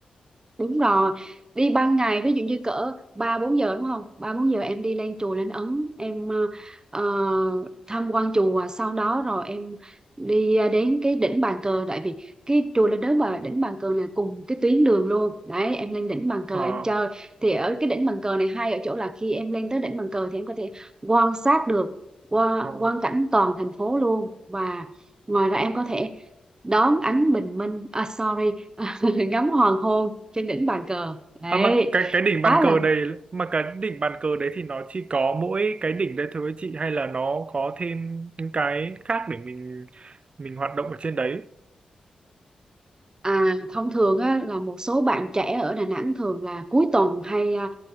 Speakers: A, on the right; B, on the right.
A: đúng rồi đi ban ngày ví dụ như cỡ ba bốn giờ đúng không ba bốn giờ em đi lên chùa lên Ấn em ờ, ờ, tham quan chùa sau đó rồi em đi ờ, đến cái đỉnh bàn cờ tại vì cái chùa lên đến mà đỉnh bàn cờ này cùng cái tuyến đường luôn đấy em lên đỉnh bàn cờ
B: Ờ
A: em chơi thì ở cái đỉnh bàn cờ này hay ở chỗ là khi em lên tới đỉnh bàn cờ thì em có thể quan sát được qua
B: ờ.
A: quan cảnh toàn thành phố luôn và ngoài ra em có thể đón ánh bình minh à sorry <laughs> ngắm hoàng hôn trên đỉnh bàn cờ đấy
B: À mà cái cái đỉnh bàn
A: khá là
B: cờ đấy mà cái đỉnh bàn cờ đấy thì nó chỉ có mỗi cái đỉnh đấy thôi chị hay là nó có thêm những cái khác để mình mình hoạt động ở trên đấy?
A: à, thông thường á, là một số bạn trẻ ở Đà Nẵng thường là cuối tuần hay à,